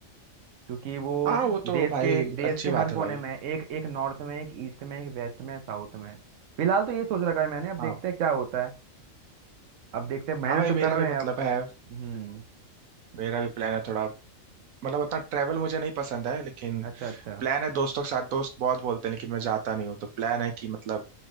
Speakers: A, on the right; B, on the right.
A: क्योंकि वो
B: हाँ वो तो
A: देश
B: भाई
A: के देश
B: अच्छी
A: के
B: बात
A: हर कोने
B: है भाई
A: में एक एक नॉर्थ में एक ईस्ट में एक वेस्ट में साउथ में फिलहाल तो ये सोच रखा है मैंने अब देखते
B: हाँ
A: हैं क्या होता है अब देखते हैं मेहनत
B: हाँ भाई
A: तो
B: मेरा
A: कर रहे
B: भी
A: हैं
B: मतलब
A: अब
B: है
A: हम्म
B: मेरा भी प्लान है थोड़ा मतलब उतना ट्रैवल मुझे नहीं पसंद है लेकिन
A: अच्छा अच्छा
B: प्लान है दोस्तों के साथ दोस्त बहुत बोलते हैं लेकिन मैं जाता नहीं हूँ तो प्लान है कि मतलब